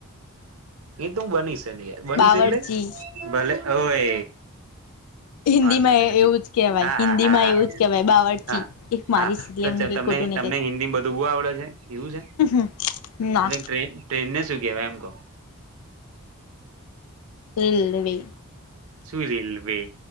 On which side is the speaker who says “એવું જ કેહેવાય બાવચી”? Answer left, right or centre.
Left